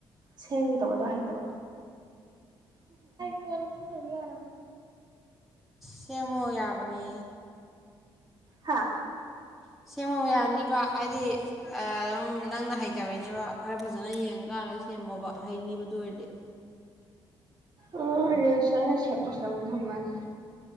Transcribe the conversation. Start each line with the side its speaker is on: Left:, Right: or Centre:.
Right: ꯁꯦꯝꯒꯦꯗꯧꯕꯗꯣ ꯍꯩꯇꯕ ꯐꯣꯟꯣꯟ ꯍꯥꯏꯅꯤ ꯑꯔꯝ
Centre: ꯁꯦꯝꯃꯣ ꯌꯥꯕꯅꯦ
Right: ꯍꯥꯥ
Centre: ꯁꯦꯝꯃꯣ ꯌꯥꯅꯤꯕ ꯍꯥꯏꯗꯤ ꯑꯗꯨꯝ ꯅꯪꯅ ꯍꯩꯇꯕꯩꯅꯦꯕ ꯈꯔ ꯐꯖꯅ ꯌꯦꯡꯀꯥꯟꯗ ꯁꯦꯝꯃꯣꯕ ꯍꯩꯅꯤꯕꯗ ꯗꯣꯏꯔ
Right: ꯑꯣ ꯔꯁꯥꯏꯅ ꯁꯦ ꯄꯁꯂ ꯃ ꯁꯅ